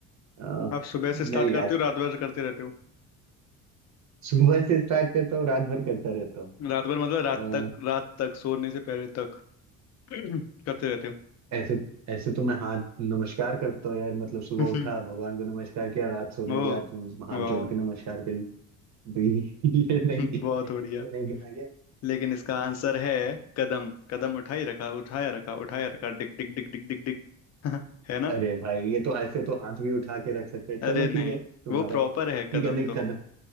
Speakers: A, on the right; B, on the left.
A: अ,
B: आप सुबह से
A: नहीं
B: स्टार्ट
A: यार
B: करते हो रात भर करते रहते हो
A: सुबह से स्टार्ट करता हूँ रात भर करता रहता
B: रात भर मतलब रात
A: हूँ
B: तक रात तक सोने से पहले तक <clears throat> करते रहते
A: ऐसे ऐसे तो मैं हाथ नमस्कार करता हूँ यार मतलब सुबह
B: हो
A: उठा भगवान को नमस्कार किया रात सोने
B: <laughs> ओ
A: गया तो हाथ
B: वाह
A: जोड़ के नमस्कार कर ली तो ये <laughs> ये नहीं
B: बहुत
A: ये
B: बढ़िया
A: नहीं गिना गया
B: लेकिन इसका आंसर है कदम कदम उठाई रखा उठाया रखा उठाया रखा डिक डिक डिक डिक डिक डिक <laughs> है ना
A: अरे भाई ये तो ऐसे तो हाथ भी उठा के रख सकते हैं चलो
B: अरे नहीं
A: ठीक है तुम्हारा
B: वो प्रॉपर है
A: ठीक
B: कदम
A: है नहीं
B: तो
A: कदम